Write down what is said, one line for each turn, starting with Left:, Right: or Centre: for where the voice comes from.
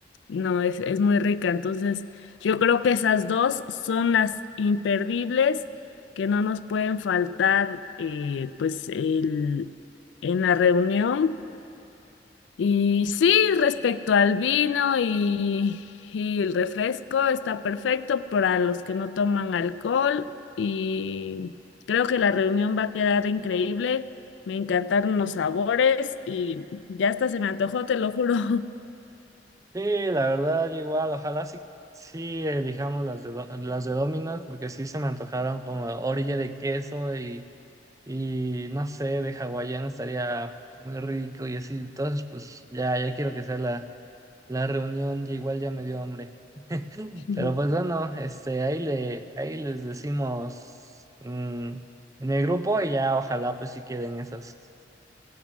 Left: no, es, es muy rica. Entonces, yo creo que esas dos son las imperdibles que no nos pueden faltar, eh, pues, el, en la reunión. Y sí, respecto al vino y, y el refresco, está perfecto para los que no toman alcohol y creo que la reunión va a quedar increíble. Me encantaron los sabores y ya hasta se me antojó, te lo juro.
Right: Sí, la verdad, yo igual, ojalá sí, sí elijamos las de, Do- las de Domino's, porque sí se me antojaron como orilla de queso y, y no sé, de hawaiano estaría muy rico y así. Entonces, pues ya, ya quiero que sea la, la reunión, ya igual ya me dio hambre.
Left: <laughs>
Right: Pero pues bueno, este, ahí le, ahí les decimos mm, en el grupo y ya ojalá pues sí queden esas.